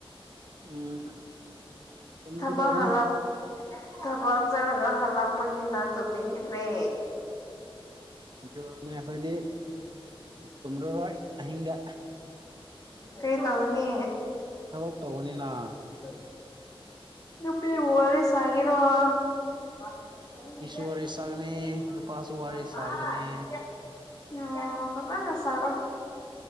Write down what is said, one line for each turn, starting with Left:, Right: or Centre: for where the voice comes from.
Right: ꯎꯝ ꯇꯨꯝꯒꯗꯧꯕꯅꯤ
Left: ꯊꯕꯛ ꯍꯊꯕꯛ ꯆꯔꯒ ꯍꯜꯂꯛꯄꯅꯤꯅ ꯇꯨꯝꯅꯤꯡꯈ꯭ꯔꯦ
Right: ꯑꯗꯨ ꯑꯩꯈꯣꯏꯗꯤ ꯇꯨꯝꯂꯔꯣꯏ ꯑꯍꯤꯡꯗ
Left: ꯀꯩ ꯇꯧꯒꯅꯤ
Right: ꯊꯕꯛ ꯇꯧꯕꯅꯤꯅ
Left: ꯍꯣꯏ ꯅꯨꯄꯤꯕꯨ ꯋꯥꯔꯤ ꯁꯥꯒꯤꯔꯣ <unintelligible>
Right: ꯏꯁꯨ ꯋꯥꯔꯤ ꯁꯥꯒꯅꯤ ꯅꯨꯄꯥꯁꯨ ꯋꯥꯔꯤ ꯁꯥꯒꯅꯤ
Left: ꯑꯣ ꯐꯥꯖꯅ ꯁꯔꯣ